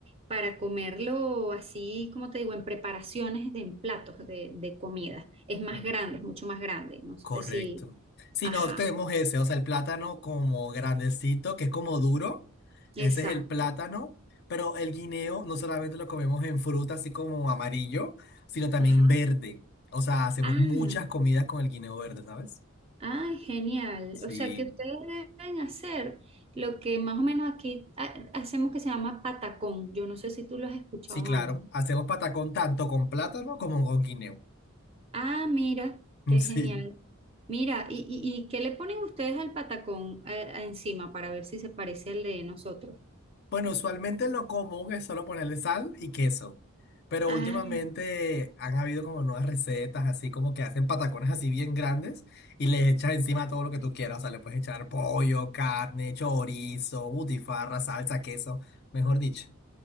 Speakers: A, on the right (about 25°); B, on the left (about 45°).
A: para comerlo así, como te digo, en preparaciones de en platos de, de comida. Es más
B: Mm,
A: grande, es mucho más grande. No sé
B: Correcto.
A: si.
B: Si
A: Ajá,
B: no, tenemos ese, o sea, el plátano como grandecito, que es como duro.
A: exacto.
B: Ese es el plátano, pero el guineo no solamente lo comemos en fruta, así como amarillo, sino también
A: Ajá.
B: verde. O sea, hacemos
A: Ah,
B: muchas comidas con el guineo verde, ¿sabes?
A: Ah, genial.
B: Sí.
A: O sea que ustedes deben hacer lo que más o menos aquí ha- hacemos que se llama patacón. Yo no sé si tú lo has escuchado
B: Sí, claro.
A: antes.
B: Hacemos patacón tanto con plátano como con guineo.
A: Ah, mira,
B: <laughs>
A: qué
B: Sí.
A: genial. Mira, ¿y, y- y qué le ponen ustedes al patacón eh, encima para ver si se parece al de nosotros?
B: Bueno, usualmente lo común es solo ponerle sal y queso. Pero
A: Ah,
B: últimamente han habido como nuevas recetas, así como que hacen patacones así bien grandes y le echas encima todo lo que tú quieras. O sea, le puedes echar pollo, carne, chorizo, butifarra, salsa, queso, mejor dicho.